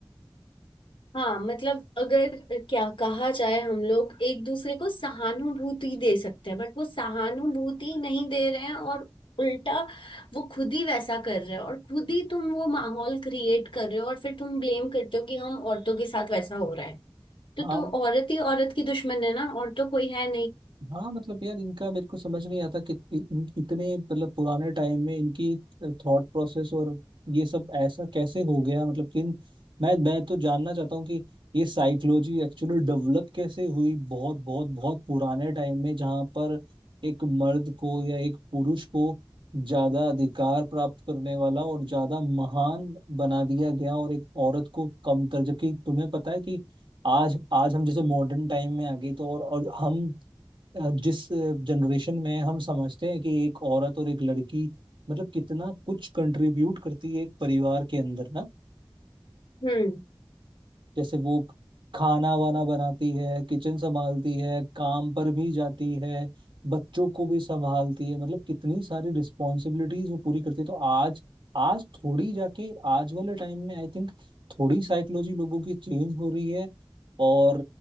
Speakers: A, on the left (about 85°); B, on the right (about 75°).
A: हाँ मतलब अगर क्या कहा जाए हम लोग एक दूसरे को सहानुभूति दे सकते हैं बट वो सहानुभूति नहीं दे रहे हैं और उल्टा वो खुद ही वैसा कर रहे हो और खुद ही तुम वो माहौल क्रिएट कर रहे हो और फिर तुम ब्लेम करते हो कि हम औरतों के साथ वैसा हो रहा है तो
B: हाँ
A: तो औरत ही औरत की दुश्मन है ना और तो कोई है
B: हाँ मतलब यार इनका मेरे को समझ नहीं आता कि इ- इन- इतने मतलब पुराने टाइम में इनकी थॉट प्रोसेस और ये सब ऐसा कैसे हो गया मतलब कि इन- मैं मैं तो जानना चाहता हूँ कि ये साइकोलॉजी एक्चुअली डेवलप कैसे हुई बहुत बहुत बहुत पुराने टाइम में जहाँ पर एक मर्द को या एक पुरुष को ज्यादा अधिकार प्राप्त करने वाला और ज्यादा महान बना दिया गया और एक औरत को कमतर जबकि तुम्हें पता है कि आज आज हम जैसे मॉडर्न टाइम में आ गए तो और, और हम अ, जिस जनरेशन में हम समझते हैं कि एक औरत और एक लड़की मतलब कितना कुछ कंट्रीब्यूट करती है एक परिवार के अंदर ना
A: नहीं
B: जैसे वो खाना वाना बनाती है किचन संभालती है काम पर भी जाती है बच्चों को भी संभालती है मतलब कितनी सारी रिस्पॉन्सिबिलिटीज वो पूरी करती है तो आज आज थोड़ी जाके आज वाले टाइम में आई थिंक थोड़ी साइकोलॉजी लोगों की चेंज हो रही है और